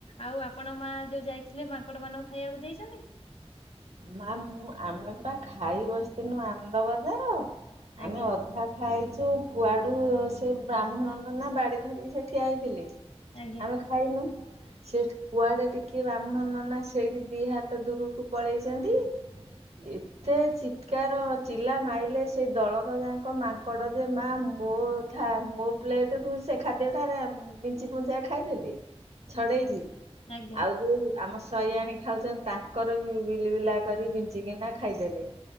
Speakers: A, on the left; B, on the right.
A: ଆଉ ଆପଣ ମା ଯୋଉ ଯାଇ ଯାଇଥିଲେ ମାଙ୍କଡ ମାନଙ୍କୁ ଖାଇବାକୁ ଦେଇଛନ୍ତି।
B: ମା ମୁଁ ଆମେ ପା ଖାଇ ବସିଥିନୁ ଆନନ୍ଦ ବଜାର।
A: ଆଜ୍ଞା
B: ଆମେ ଅଧା ଖାଇ ଚୁ କୁଆଡୁ ସେ ବ୍ରାହ୍ମଣ ନନା ବାଡି ଧରିକି ସେ ଠିଆ ହେଇଥିଲେ।
A: ଆଜ୍ଞା
B: ଆମେ ଖାଇନୁ। ସେଠି କୁଆଡେ ଟିକେ ବ୍ରାହ୍ମଣ ନନା ସେଇଠି ଦି ହାତ ଦୂରକୁ ପଳେଇଛନ୍ତି। ଏତେ ଚିତ୍କାର ଚିଲା ମାଇଲେ ସେ ଦଳକ ଯାକ ମାଙ୍କଡ ଯେ ମା ମୋ ଥା ମୋ ପ୍ଲେଟରୁ ସେ ଖାଦ୍ୟ ଟା ରେ ଉଁ ବିଞ୍ଚି ବୁଞ୍ଚା ଖାଇଦେଲେ। ଛଡେଇକି
A: ଆଜ୍ଞା ଆଜ୍ଞା
B: ଆଉ ଯୋଉ ଆମ ଶୟାଣି ଖାଉଛନ୍ତି ତା ତାଙ୍କର ବିଲି ବିଲା କରି ବିଞ୍ଚିକିନା ଖାଇଦେଲେ।